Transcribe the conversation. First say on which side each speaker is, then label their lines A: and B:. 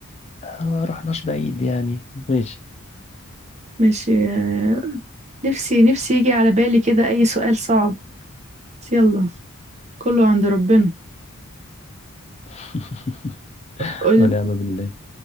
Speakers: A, on the left; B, on the right.
A: آه، ما رحناش بعيد يعني ماشي
B: ماشي آه، نفسي نفسي يجي على بالي كده اي سؤال صعب بس يلا كله عند ربنا
A: <laughs>
B: قول
A: ونعم بالله